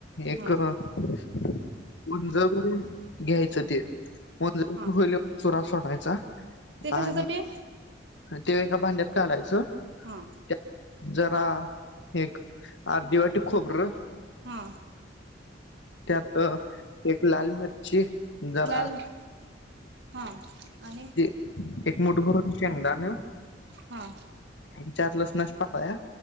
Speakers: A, on the left; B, on the right.
A: एक
B: हा
A: गुंजा भरून घ्यायचं ते होले
B: हा
A: चुरा सोडायचा
B: ते
A: आणि
B: कशासाठी?
A: ते एका भांड्यात काढायचं
B: हा
A: त्या जरा एक अर्धीवाटी खोबरं
B: हा
A: त्यात एक लाल मिरची जरा
B: लाल हा आणि
A: एक मूठ भरून शेंगदाणं
B: हा
A: आणि चार लसणाच्या पाकळ्या